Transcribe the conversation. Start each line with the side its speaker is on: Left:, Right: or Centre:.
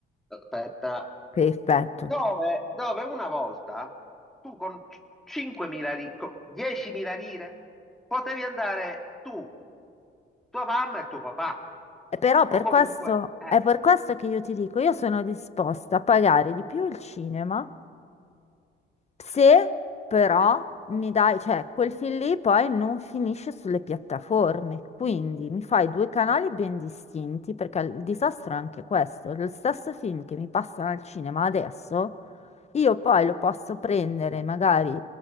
Centre: aspetta,
Left: perfetto.
Centre: dove, dove una volta tu con c- 5.000 lire, 10.000 lire, potevi andare tu, tua mamma e tuo papà,
Left: Eh, Però per
Centre: o comunque,
Left: questo,
Centre: eh,
Left: è per questo che io ti dico, io sono disposta a pagare di più il cinema Se però
Centre: sì.
Left: mi dai, cioè quel film lì poi non finisce sulle piattaforme, quindi mi fai due canali ben distinti, perché il disastro è anche questo, lo stesso film che mi passano al cinema adesso, io poi lo posso prendere magari